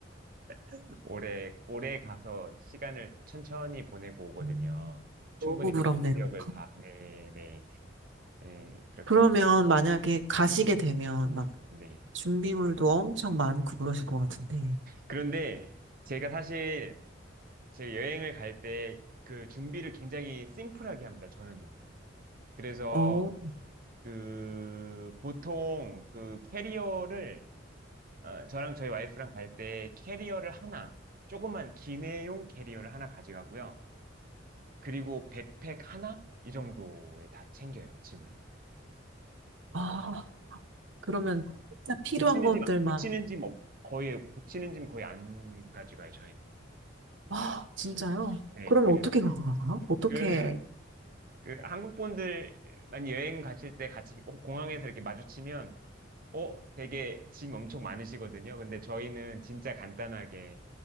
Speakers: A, on the right (about 50°); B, on the right (about 80°).
A: <laughs> 오래, 오래 가서 시간을 천천히 보내고 오거든요.
B: 음,
A: 충분히
B: 너무 부럽네요.
A: 그쪽 지역을 다, 네, 네, 네, 그렇게,
B: 그러면 만약에 가시게 되면 막
A: 네.
B: 준비물도 엄청 많고 그러실 것 같은데.
A: 그런데 제가 사실 제 여행을 갈 때 그 준비를 굉장히 심플하게 합니다, 저는요. 그래서
B: 어,
A: 그 보통 그 캐리어를, 어, 저랑 저희 와이프랑 갈 때 캐리어를 하나, 조그만 기내용 캐리어를 하나 가져가고요. 그리고 백팩 하나? 이 정도에 다 챙겨요, 짐을.
B: 아, 그러면 진짜 필요한
A: 붙이는
B: 것들만.
A: 짐, 붙이는 짐 없, 거의, 붙이는 짐 거의 안 가져가요, 저희는.
B: 아,
A: 네.
B: 진짜요?
A: 네,
B: 그러면
A: 그래서
B: 어떻게 가져가요? 어떻게,
A: 그, 그 한국 분들만 여행 가실 때 같이 어, 공항에서 이렇게 마주치면, 어, 되게 짐 엄청 많으시거든요. 근데 저희는 진짜 간단하게,